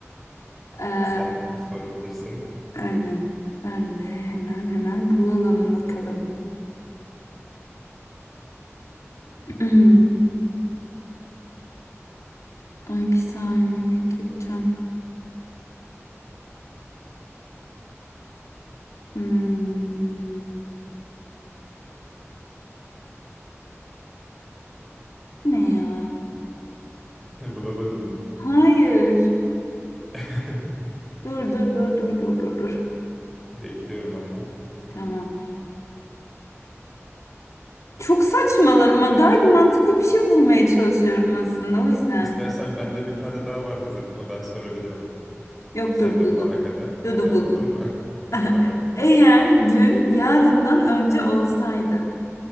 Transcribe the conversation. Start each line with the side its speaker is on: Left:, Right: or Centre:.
Left: Ee,
Centre: Sen sorabilirsin.
Left: aynen. Ben de hemen hemen bulalım bakalım. <clears throat> Ay bir saniye bekleteceğim. Hmm, ne ya?
Centre: <laughs> Bulamadın mı?
Left: Hayır.
Centre: <laughs>
Left: Dur dur dur dur dur dur dur.
Centre: Bekliyorum hala.
Left: Tamam. Çok saçmalarım. Ben daha mantıklı bir şey bulmaya çalışıyorum aslında o yüzden.
Centre: İstersen bende bir tane daha var hazır. O ben sorabilirim.
Left: Yoktur
Centre: Sen de
Left: buldum.
Centre: bulana kadar.
Left: Dudu
Centre: E,
Left: buldum.
Centre: buldun mu? <laughs>
Left: <laughs>
Centre: Tamam.
Left: Eğer dün yarından önce olsaydı,